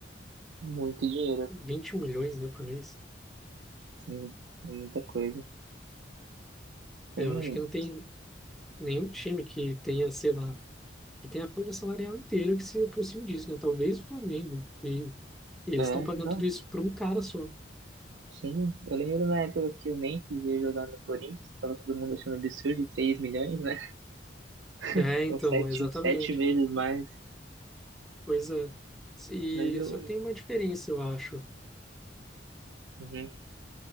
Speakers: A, on the right; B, in the centre.
A: muito dinheiro.
B: 21 milhões, né, por mês.
A: Sim, é muita coisa. Tem,
B: É, Eu acho que não tem nenhum time que tenha, sei lá, E tem a folha salarial inteira que se aproxima disso, né? Talvez o Flamengo. E, e eles
A: é,
B: estão pagando
A: não,
B: tudo isso para um cara só.
A: sim. Eu lembro na época que o Memphis veio jogar no Corinthians, tava todo mundo achando absurdo, 3 milhões, né?
B: É,
A: <laughs>
B: então,
A: São sete
B: exatamente.
A: sete vezes mais.
B: Pois é. E,
A: Mas eu,
B: só que tem uma diferença, eu acho.
A: uhum.